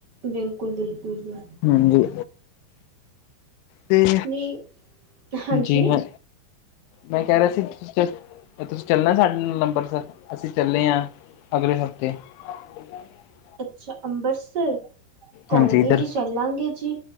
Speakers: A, on the right (about 65°); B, on the left (about 80°).
A: ਬਿਲਕੁਲ-ਬਿਲਕੁਲ ਜੀ।
B: ਹਾਂਜੀ, ਤੇ,
A: ਨੀ ਹਾਂਜੀ
B: ਜੀ ਹੈ ਮੈਂ ਕਹਿ ਰਿਹਾ ਸੀ, ਤੁਸੀਂ ਚਲਣਾ ਸਾਡੇ ਨਾਲ ਅੰਮ੍ਰਿਤਸਰ ਅਸੀ ਚਲੇ ਹਾਂ, ਅਗਲੇ ਹਫ਼ਤੇ, <inaudible>
A: ਅਛਾ ਅੰਮ੍ਰਿਤਸਰ ਜੀ ਕੋਈ
B: ਹਾਂਜੀ
A: ਨੀ
B: ਇੱਧਰ
A: ਜੀ ਚੱਲਾਗੇ ਜੀ-